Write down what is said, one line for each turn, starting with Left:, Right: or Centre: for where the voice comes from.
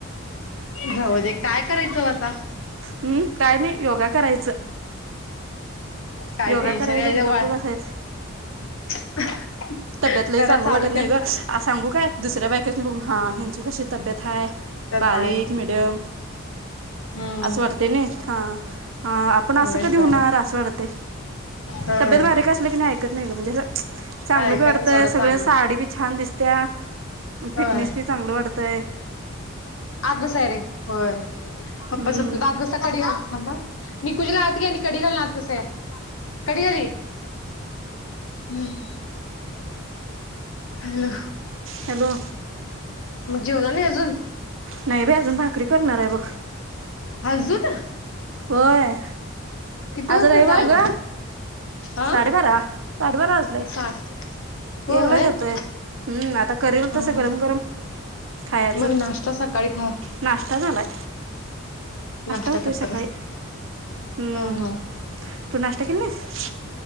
Left: जाऊ दे काय करायचं ओ आता.
Right: हम्म काय नाही योगा करायचं.
Left: काय
Right: योगा
Left: टेन्शन
Right: करायच
Left: घ्यायचं
Right: आणि गप्प
Left: वा
Right: बसायचं.
Left: <inaudible>
Right: तब्येत लइ
Left: करा
Right: चांगली
Left: चालू
Right: वाटत नाही
Left: केलं
Right: ग, सांगू काय दुसऱ्या बायकाची बघून ह्यांची कशी तब्येत हाय.
Left: तर
Right: बारीक,
Left: काय
Right: मिडियम
Left: हम्म
Right: असं वाटते नाही हा, हा आपण असं
Left: होय
Right: कधी
Left: सर
Right: होणार असं वाटते.
Left: होय
Right: तब्येत बारीक असलं की नाही ऐकत नाही ग, म्हणजे चांगलं
Left: ऐकत
Right: बी वाटतंय
Left: सोडा चांगलं
Right: सगळ साडी बी छान दिस त्या, फिटनेस
Left: होय
Right: बी चांगलं वाटतंय
Left: आत बसाय रे होय,
Right: हम्म
Left: पप्पा सोबत दा <unintelligible> कडी घाल थांब हं, निकुंजला आत घे आणि कडी घाल आत पुसाया, कडी घाल ही. हम्म. हॅलो?
Right: हॅलो
Left: मग जेवला नाही अजून?
Right: नाही बाइ अजून भाकरी करणार आहे बघ.
Left: अजू ना?
Right: होय,
Left: वाजलं
Right: आज रविवार
Left: टाइम
Right: ग,
Left: हा
Right: साडेबारा साडे बारा वाजलाय,
Left: साठ होय
Right: एकला च येतोय,
Left: हा
Right: हम्म आता करेल तसं
Left: हा
Right: गरम गरम. खायचं
Left: मग नाश्ता सकाळी खा,
Right: नाश्ता झालाय
Left: नाश्ता
Right: होतोय
Left: करता.
Right: सकाळी हम्म
Left: हा हा.
Right: तू नाश्ता केला नाहीस